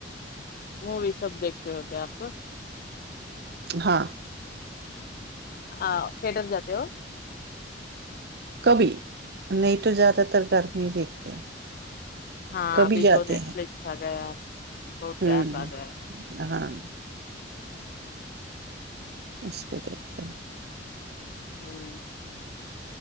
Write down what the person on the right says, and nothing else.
ہاں
کبھی نہیں تو زیادہ تر گرمی دیکھتے ہیں
کبھی
جاتے
ہیں
ہوں
ہاں اس پہ دیکھتے ہیں